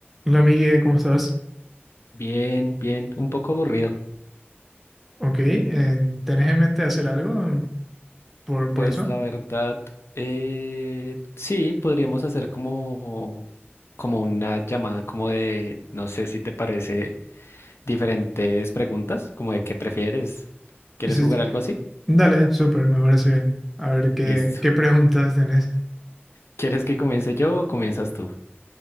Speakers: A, in the centre; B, on the left.
A: Hola, Migue, ¿cómo estás?
B: Bien, bien, un poco aburrido.
A: Ok, eh, ¿tenés en mente hacer algo en- por, por
B: Pues
A: eso?
B: la verdad, eh, sí, podríamos hacer como, como una llamada, como de, no sé si te parece, diferentes preguntas, como de qué prefieres. ¿Quieres
A: Sí,
B: jugar
A: sí.
B: algo así?
A: Dale, súper, me parece bien. A ver qué,
B: Listo.
A: qué preguntas tenés.
B: ¿Quieres que comience yo o comienzas tú?